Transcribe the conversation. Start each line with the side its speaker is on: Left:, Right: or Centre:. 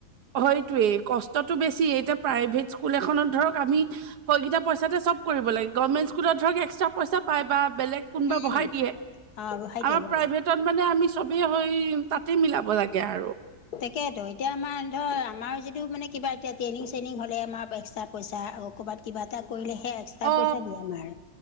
Right: হয়তোৱেই কষ্টটো বেছি এতিয়া প্ৰাইভেট স্কুল এখনত ধৰক আমি হয়কেইটা পইচাতে চব কৰিব লাগে গভৰ্ণমেণ্ট স্কুলত ধৰক এক্সট্ৰা পইচা পায় বা বেলেগ কোনোবা
Left: উম
Right: বঢ়াই দিয়ে
Left: অ হয়
Right: আমাৰ
Left: দিয়া হয়
Right: প্ৰাইভেট
Left: দিয়া
Right: ত মানে আমি চবেই হৈ তাতে মিলাব লাগে আৰু।
Left: তাকেতো এতিয়া আমাৰ ধৰ আমাৰ যিটো মানে কিবা এতিয়া ট্ৰেইনিং চেইনিং হলে আমাৰ এক্সট্ৰাত পইচা ক'ৰবাত কিবা এটা কৰিলে সেই এক্সট্ৰা
Right: অ
Left: পইচা দিয়ে আমাৰ।